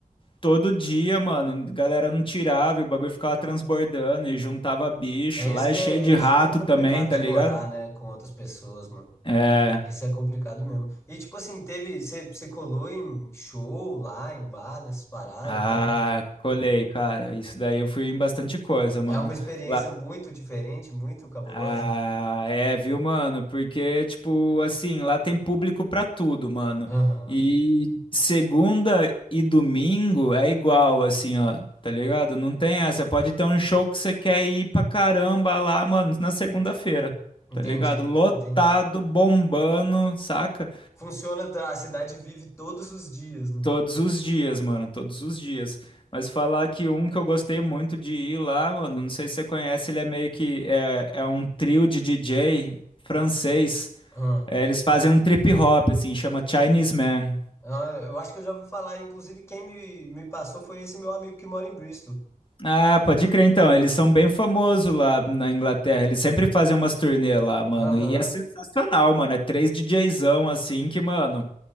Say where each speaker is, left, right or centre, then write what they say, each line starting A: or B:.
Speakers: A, on the left; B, on the left.
A: todo dia, mano, a galera não tirava e o bagulho ficava transbordando e juntava bicho.
B: É
A: Lá
B: isso que
A: é cheio
B: é,
A: de
B: é
A: rato
B: isso que é complicado
A: também, tá
B: de
A: ligado?
B: morar, né, com outras pessoas, mano.
A: É.
B: Isso é complicado mesmo. E tipo assim, teve. Você você colou em show lá, em bar, nessas paradas,
A: Ah,
B: teve.
A: colei, cara. Isso daí eu fui em bastante coisa, mano.
B: É uma experiência
A: Lá...
B: muito diferente, muito cabulosa.
A: Ah, é, viu, mano? Porque, tipo, assim, lá tem público pra tudo, mano.
B: Aham.
A: E segunda e domingo é igual, assim, ó. Tá ligado? Não tem essa. Pode ter um show que você quer ir pra caramba lá, mano, na segunda-feira.
B: Entendi,
A: Tá ligado? Lotado,
B: entendi.
A: bombando, saca?
B: Funciona, tá, a cidade vive todos os dias, né?
A: Todos os dias, mano, todos os dias. Mas falar que um que eu gostei muito de ir lá, mano, não sei se você conhece, ele é meio que é, é um trio de DJ francês.
B: Ah.
A: É, eles fazem um trip hop, assim, chama Chinese Man.
B: Ah, eu acho que eu já ouvi falar, inclusive quem me, me passou foi esse meu amigo que mora em Bristol.
A: Ah, pode crer então, eles são bem famosos lá na Inglaterra. Eles sempre fazem umas turnê lá, mano.
B: Aham,
A: E é sensacional, mano. É três DJzão assim que, mano,